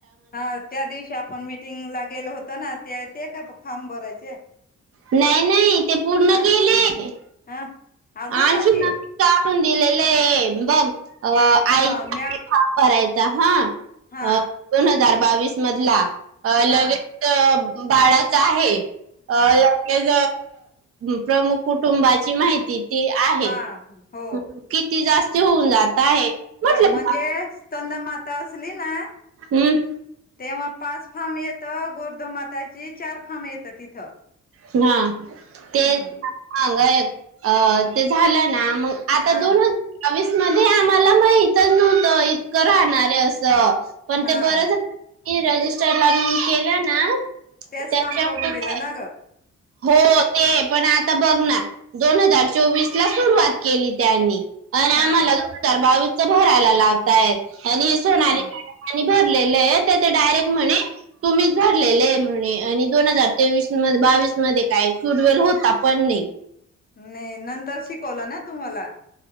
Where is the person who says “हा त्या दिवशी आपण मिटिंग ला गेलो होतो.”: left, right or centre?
Left